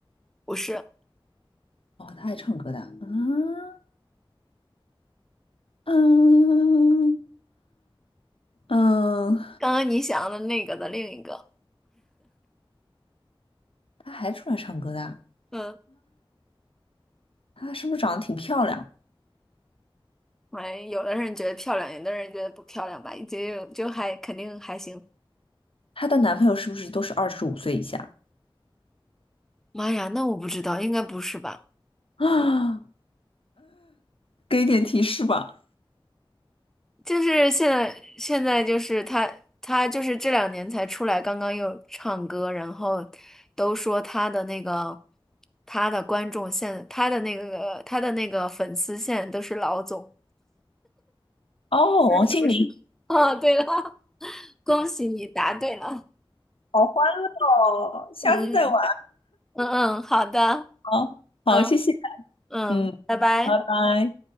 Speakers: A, in the centre; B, on the left.
A: 不是
B: 哦，他还唱歌的啊，嗯嗯嗯，
A: 刚刚你想的那个的另一个，
B: 他还出来唱歌的啊？
A: 嗯，
B: 她是不是长得挺漂亮？
A: 哎，有的人觉得漂亮，有的人觉得不漂亮吧，就就还肯定还行。
B: 她的男朋友是不是都是二十五岁以下？
A: 妈呀，那我不知道，应该不是吧？
B: 啊，给点提示吧。
A: 就是现在，现在就是他，他就是这两年才出来，刚刚又唱歌，然后都说他的那个，他的观众现，他的那个，他的那个粉丝现在都是老总。
B: 哦，
A: <laughs>
B: 王心凌。
A: 不是哦，对了，<laughs> 恭喜你答对了。
B: 好欢乐哦，下次再玩。
A: 嗯嗯嗯，好的，
B: 哦。好，
A: 嗯
B: 谢谢。
A: 嗯，
B: 嗯，
A: 拜拜。
B: 拜拜。